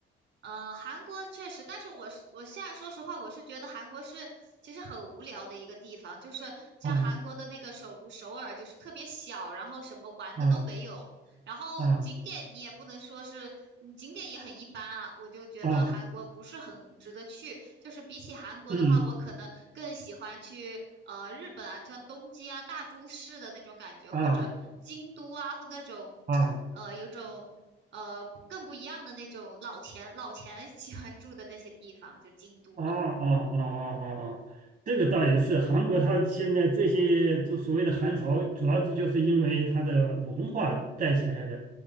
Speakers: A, on the right (about 65°); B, on the right (about 45°).
A: 呃，韩国确实，但是我是我现在说实话，我是觉得韩国是其实很无聊的一个地方，就是像韩国的那个首都首尔，
B: 啊
A: 就是特别小，然后什么玩的都没有，
B: 啊
A: 然后景点你也不能说是，
B: 啊
A: 嗯景点也很一般啊，我就觉得韩国不是很值得去。
B: 啊！
A: 就是比起韩国的话，
B: 嗯
A: 我可能更喜欢去呃日本啊，像东京啊大都市的那种感觉，或者京都啊，
B: 啊
A: 或那种
B: 啊。
A: 呃有种呃更不一样的那种老钱老钱喜欢住的那些地方，就京都嘛。
B: 哦哦哦哦哦哦，这个倒也是，韩国它现在这些就所谓的韩潮，主要这就是因为它的文化带起来的，